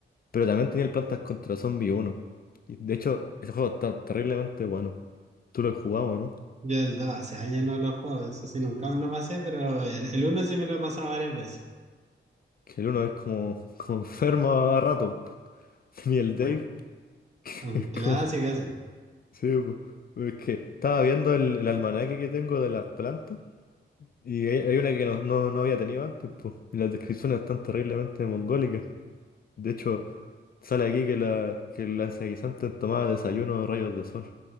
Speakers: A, on the left; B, on the right.
A: pero también tenía el Plantas contra Zombies uno. Y de hecho, ese juego está terriblemente bueno. Tú lo has jugado, ¿no?
B: Yo el 2 hace años no lo juego, eso sí, nunca me lo pasé, pero el, el 1 sí me lo he pasado varias veces.
A: Que el uno es como, <laughs> como enfermo a rato. pu. Y el Dave,
B: Un
A: <laughs> que
B: un
A: es como...
B: clásico ese.
A: Sí, pu. Es que estaba viendo el, el almanaque que tengo de las plantas. Y hay, hay una que no, no, no había tenido antes, pues. Y las descripciones están terriblemente mongólicas. De hecho, sale aquí que la, que el lanzaguisante tomaba desayuno de rayos de sol.